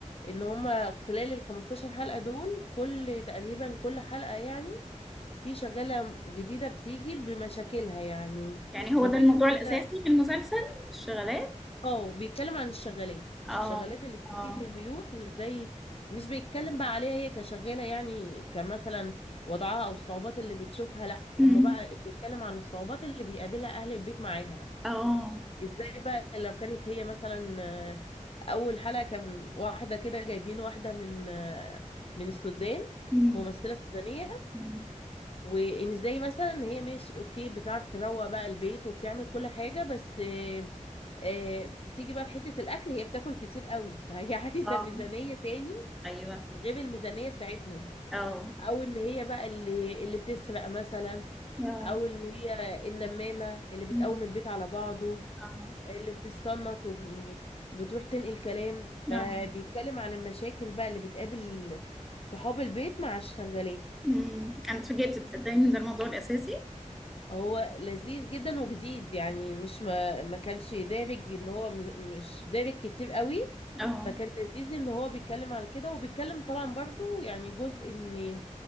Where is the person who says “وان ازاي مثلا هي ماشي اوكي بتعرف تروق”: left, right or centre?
Left